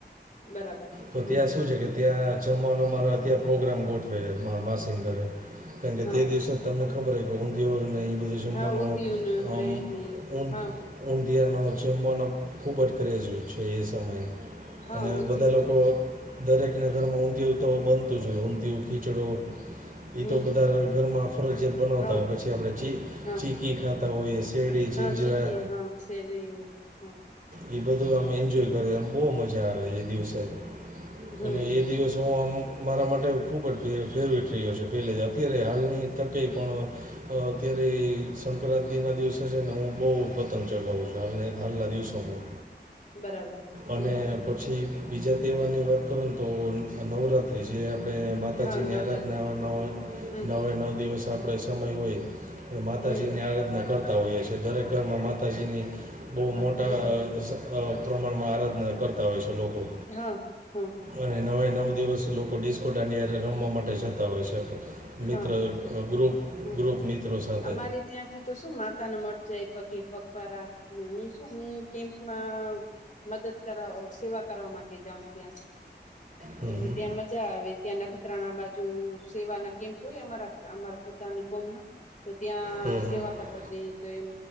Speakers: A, on the left; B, on the right.
A: બરાબર
B: તો ત્યાં
A: હમ હમ
B: શું છે, કે ત્યાં જમવાનું અમારા ત્યાં પ્રોગ્રામ ગોઠવે માર માસીન ઘરે. કારણ કે
A: હા
B: તે દિવસે
A: હા
B: તો તમને ખબર હોય કે ઊંધીયો ને એ બધું જમવાનું
A: હા ઉધયું ને
B: આમ
A: બ્રેડ ને
B: <inaudible>
A: હા
B: ઊંધિયાનો જમવાનો ખૂબ જ ક્રેઝ હોય છે એ સમયે
A: હા
B: અને
A: ઉધયું
B: બધા લોક
A: જોય છે
B: દરેકના ઘરમાં ઊંધિયું તો બનતું જ હોય ઊંધિયું, ખીચડો. ઈ
A: હમ
B: તો બધા ઘરમાં ફરજીયાત બનાવતા
A: હા
B: હોય, પછી આપણે ચી
A: હા
B: ચી કી ખાતા હોઈએ. શેરડી, જિંજરા
A: હા ચીકી હા શેરડી હોય હા
B: ઈ બધું આમ એન્જોય
A: હમ
B: કરે
A: હમ
B: આમ બહુ મજા આવે એ દિવસે.
A: હમ
B: અને એ દિવસ હું આમ અમારા માટે ખૂબ જ ફે ફેવરિટ રહ્યો છે પહેલે અત્યારે હાલની તકે પણ અત્યારે સંક્રાંતિના દિવસે છે, ને હું બહુ પતંગ ચગાવું છું હાલને હાલના દિવસોમાં.
A: બરાબર. હમ
B: અને
A: હમ
B: પછી બીજા તહેવારની વાત કરું ને તો નવરાત્રી છે. આપણે માતાજીની
A: હા નવરાત્રી
B: આરાધના ઓનો
A: હા હમ
B: નવે નવ દિવસ આપણે સમય હોય. માતાજીની
A: હમ
B: આરાધના કરતા હોઈએ છીએ. દરેક ઘરમાં માતાજીની બહુ મોટા
A: હમ
B: અ પ્રમાણમાં આરાધના કરતા હોય છે લોકો.
A: એ હહ હહ
B: અને નવે નવ દિવસ લોકો ડીસ્કો દાંડિયા રમવા માટે જતા હોય છે. મિત્ર
A: હા
B: ગ્રુપ.
A: હમ,
B: ગ્રુપ મિત્રો સાથે
A: અમારે ત્યાંથી તો શું માતાને મત જાય પગે પગપાળાને હું શ. હું કેમ્પમાં મદદ કરવા, સેવા કરવા માટે જાઉ ત્યાં.
B: હં
A: એટલે
B: હં
A: ત્યાં મજા આવે ત્યાં નખત્રાણા બાજુ, સેવાના કેમ્પ હોય અમારા અમારા નીકોમ ના, તો ત્યાં
B: હં
A: સેવા
B: હં
A: કરવા જઈ તો એમ